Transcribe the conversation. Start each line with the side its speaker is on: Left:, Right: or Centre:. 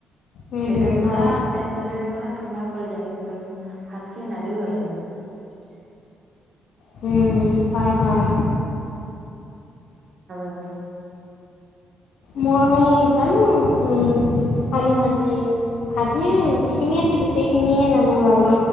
Left: উম, হম,
Right: একদম পুৰা
Left: হয়।
Right: পেটতো যেন পুৰা ঠাণ্ডা পৰি যায় একদম ভাত খিনী লাগিও ভাল লাগে।
Left: হুম হয় হয়।
Right: অ
Left: মই জানো উম আলু ভাজি ভাজি যিখিনি আছে গোটেই খিনিয়ে জানো বাৰু